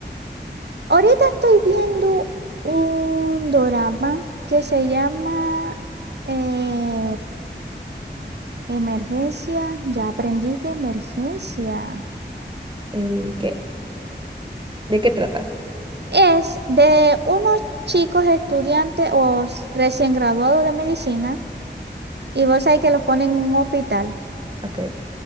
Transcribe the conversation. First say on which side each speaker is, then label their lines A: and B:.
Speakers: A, on the right (about 65°); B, on the right (about 25°).
A: Ahorita estoy viendo un drama que se llama eh, Emergencia, ya aprendí de emergencia.
B: Eh, ¿qué? ¿De qué trata?
A: Es de unos chicos estudiantes o s- recién graduados de medicina y vos sabés que los ponen en un hospital.
B: Ok.